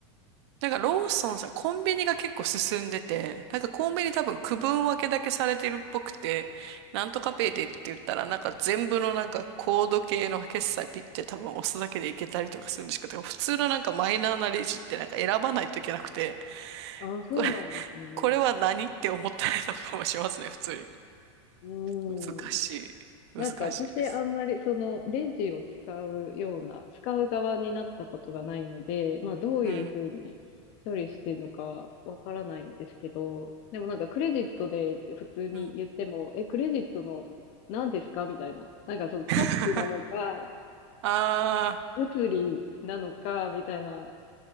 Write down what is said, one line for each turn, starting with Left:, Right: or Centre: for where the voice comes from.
Right: なんかローソンさん、コンビニが結構進んでて、なんかコンビニ多分区分分けだけされてるっぽくて、なんとかペイでって言ったら、なんか全部のなんかコード系の決済ピッて多分押すだけでいけたりとかするんですけど、普通のなんかマイナーなレジってなんか選ばないといけなくて、
Left: あ、そうなんですね。
Right: これ、<laughs> これは何って思ったりとかもしますね、普通に。
Left: うーん。
Right: 難しい。難しいです。
Left: なんか私あんまりそのレジを使うような、使う側になったことがないので、まあどういうふうに処理してるのかわからないんですけど、
Right: うん。
Left: でもなんかクレジットでって普通に言っても、
Right: うん。
Left: え、クレジットの何ですかみたいな。なんかそのタッチなのか、
Right: <laughs> ああ。
Left: 物理なのか、みたいな。